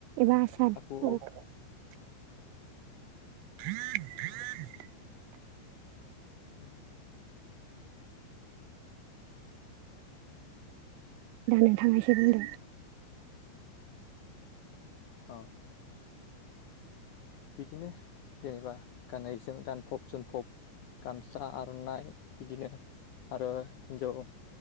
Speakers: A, on the right; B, on the left.
A: एबा आसार <unintelligible>
B: आखु औ <unintelligible>
A: <unintelligible>
B: औ
A: दा नोंथांनायसो बुंद
B: औ बिदिनो जेनेबा गाननायजों गानफब जोमफब गामसा आर'नाइ बिदिनो आरो हिनजाव